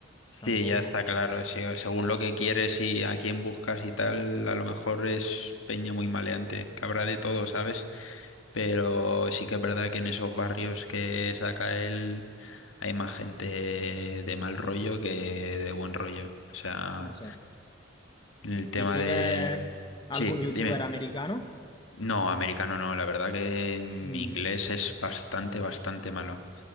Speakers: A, on the left; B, on the left.
A: tampoco,
B: Sí, ya está claro, sí, o según lo que quieres y a quién buscas y tal, a lo mejor es peña muy maleante, que habrá de todo, ¿sabes? Pero sí que es verdad que en esos barrios que saca él hay más gente de mal rollo que de buen rollo. O sea,
A: no sé.
B: el tema
A: ¿Y sigues
B: de...
A: algún
B: Sí, dime.
A: youtuber americano?
B: No, americano no, la verdad que mi
A: Mm,
B: inglés es bastante, bastante malo.